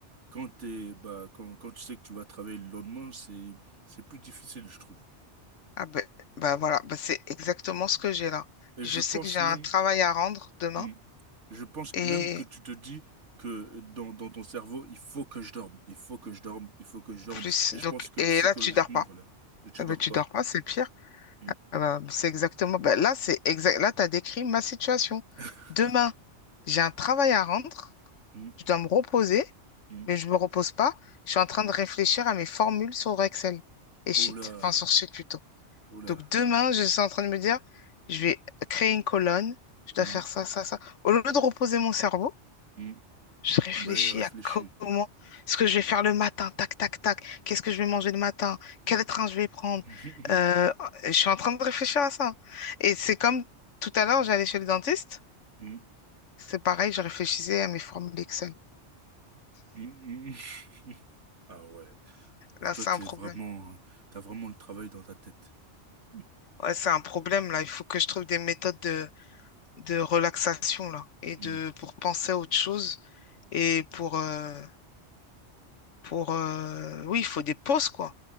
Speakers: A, on the right; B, on the left.
A: quand t'es, bah, quand, quand tu sais que tu vas travailler le lendemain, c'est, c'est plus difficile, je trouve.
B: Ah ben bah, voilà, bah, c'est exactement ce que j'ai là.
A: Et
B: Je
A: je
B: sais
A: pense
B: que j'ai
A: même,
B: un travail à rendre demain
A: hmm, je pense que
B: et
A: même que tu te dis que dans, dans ton cerveau, il faut que je dorme, il faut que je dorme, il faut que je dorme.
B: plus.
A: Et
B: Donc,
A: je pense que
B: et
A: psychologiquement,
B: là, tu dors pas.
A: voilà, tu
B: Eh
A: dors
B: ben, tu
A: pas.
B: dors pas, c'est pire.
A: Hmm.
B: Ah bah, c'est exactement. bah, là, c'est exact. Là, tu as décrit ma situation.
A: <laughs>
B: Demain, j'ai un travail à rendre.
A: Hmm,
B: Je dois me reposer,
A: hmm.
B: mais je me repose pas. Je suis en train de réfléchir à mes formules sur Excel et Sheet,
A: Oh là,
B: enfin sur Sheet plutôt.
A: oh là.
B: Donc demain, je suis en train de me dire, je vais créer une colonne. Je dois
A: Hmm,
B: faire ça, ça, ça. Au lieu de reposer mon cerveau,
A: hmm.
B: je réfléchis
A: Ben, il a réfléchi.
B: à comment ce que je vais faire le matin, tac, tac, tac. Qu'est-ce que je vais manger le matin? Quel train je vais prendre?
A: <laughs>
B: Euh, je suis en train de réfléchir à ça. Et c'est comme tout à l'heure, j'allais chez le dentiste.
A: Hmm,
B: C'est pareil, je réfléchissais à mes formules Excel.
A: hmm, hmm. <laughs> Ah ouais. Ah,
B: Là,
A: Toi,
B: c'est
A: t'es
B: un problème.
A: vraiment, t'as vraiment le travail dans ta tête. <laughs>
B: Ouais, c'est un problème, là. Il faut que je trouve des méthodes de, de relaxation, là. Et
A: Hmm.
B: de, pour penser à autre chose. Et pour, euh, pour, euh, oui, il faut des pauses, quoi.